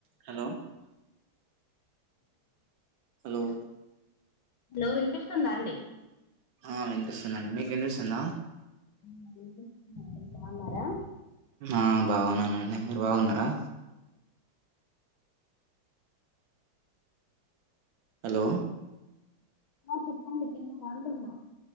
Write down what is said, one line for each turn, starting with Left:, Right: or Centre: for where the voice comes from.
Right: Hello hello
Left: hello వినిపిస్తుందా అండి
Right: ఆ వినిపిస్తుందండి మీకు వినిపిస్తుందా
Left: ఆ వినిపిస్తుంది అండి బాగున్నారా
Right: ఆ బాగున్నానండి మీరు బాగున్నారా హలో
Left: ఆ చెప్పండి తిన్నారా అంటున్న